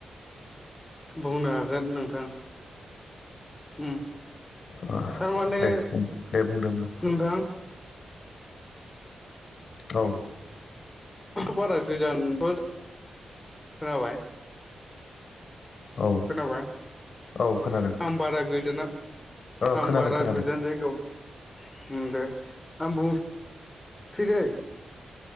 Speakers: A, on the left; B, on the left.
A: बुंनो हागोन नोंथां उ
B: ओ
A: थारमाने
B: दे दे बुंदो होमबा
A: नोंथां
B: औ
A: बारा गोजानथ' खोनाबाय
B: औ
A: खोनाबाय
B: औ खोनादों
A: आं बारा गोजोना
B: ओ
A: आं
B: खोनादों
A: बारा
B: खोनादों
A: गोजान जायगायाव ओम दे आं बुं सै दे।